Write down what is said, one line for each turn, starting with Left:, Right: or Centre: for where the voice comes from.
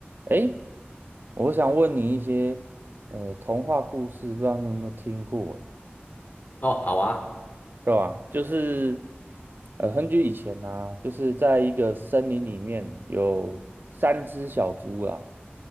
Right: 诶，我想问你一些呃童话故事，不知道你有没有听过，
Left: 哦，好啊，
Right: 对吧？就是呃很久以前啊，就是在一个森林里面有三只小猪啦，